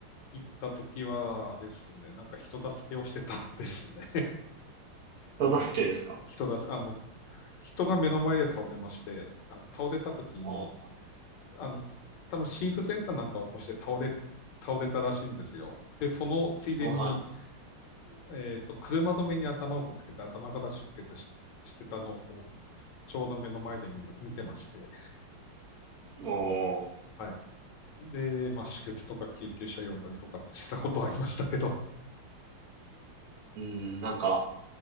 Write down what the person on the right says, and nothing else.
人助けですか
あ
あ、はい。
おー。
うん、なんか、